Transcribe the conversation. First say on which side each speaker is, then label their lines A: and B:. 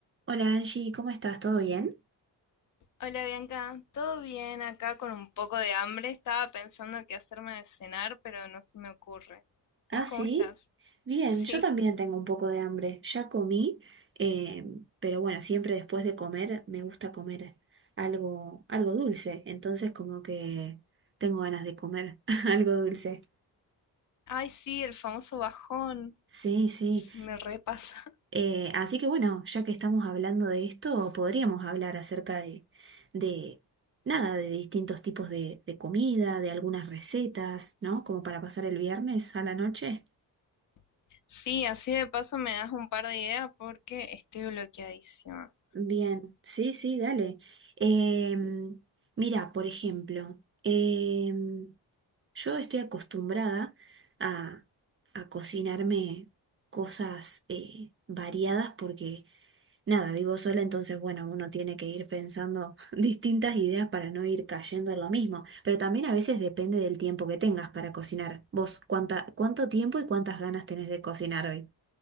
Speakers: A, on the right; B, on the left.
A: Hola Angie, ¿cómo estás? ¿Todo bien?
B: Hola Bianca, ¿todo bien acá con un poco de hambre? Estaba pensando qué hacerme de cenar, pero no se me ocurre.
A: Ah,
B: ¿Vos
A: sí.
B: cómo estás?
A: Bien,
B: <laughs> Sí.
A: yo también tengo un poco de hambre. Ya comí, eh, pero bueno, siempre después de comer me gusta comer algo, algo dulce. Entonces como que tengo ganas de comer <laughs> algo dulce.
B: Ay, sí, el famoso bajón.
A: Sí, sí.
B: Se me repasa.
A: Eh, así que bueno, ya que estamos hablando de esto, podríamos hablar acerca de, de nada, de distintos tipos de, de comida, de algunas recetas, ¿no? Como para pasar el viernes a la noche.
B: <laughs> Sí, así de paso me das un par de ideas porque estoy bloqueadísima.
A: Bien, sí, sí, dale. Em, mira, por ejemplo, em, yo estoy acostumbrada a, a cocinarme cosas eh, variadas porque, nada, vivo sola, entonces, bueno, uno tiene que ir pensando <laughs> distintas ideas para no ir cayendo en lo mismo. Pero también a veces depende del tiempo que tengas para cocinar. Vos, ¿cuánta, cuánto tiempo y cuántas ganas tenés de cocinar hoy?